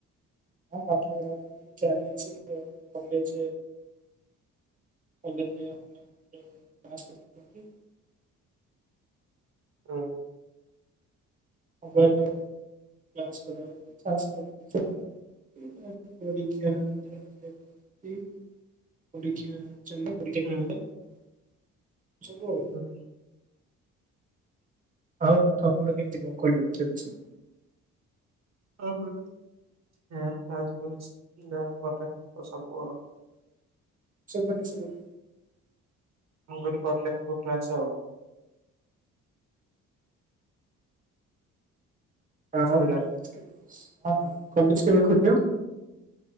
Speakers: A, on the right; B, on the right.
A: ହଁ ପାଠ ପଢି ଚାଲିଛି ଆଉ କଲେଜ। କଲେଜ ରେ ଅନ ଲାଇନ‌ ଯୋଉ କ୍ଲାସ କରୁଛନ୍ତି।
B: ହୁଁ।
A: ମୋବାଇଲ ରେ କ୍ଲାସ୍ କରା ହଉଛି କ୍ଲାସ କରି <unintelligible> ଏଇଟା ଏମତି ପରୀକ୍ଷା ଏମତି ରହିଲେ ଯାଆନ୍ତି ପରୀକ୍ଷା ଚାଲେ। ପରୀକ୍ଷା
B: ହୁଁ
A: ଦିଏ ବି ତ ଶବୁ ଆଉ।
B: ହୁଁ।
A: ଆଉ ତମ ଆଡେ କେମିତି କଁ କଲେଜ ଚାଲିଛି।
B: ଆମର <unintelligible>
A: ଶୁବୁନି ଶୁବୁନି।
B: ମୁଁ କହିଲି କରିଲେ ହବ କ୍ଲାସ ଆଉ।
A: <unintelligible> ହଁ ହଁ
B: ଶୁଭିଲା
A: କଲେଜ କେବେ ଖୋଲିବ।